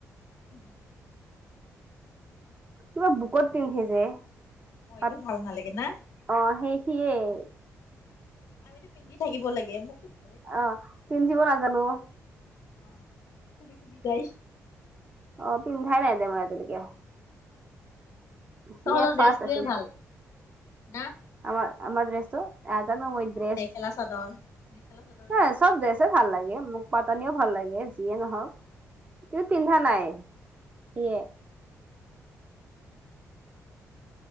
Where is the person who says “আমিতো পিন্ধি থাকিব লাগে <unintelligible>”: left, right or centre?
Left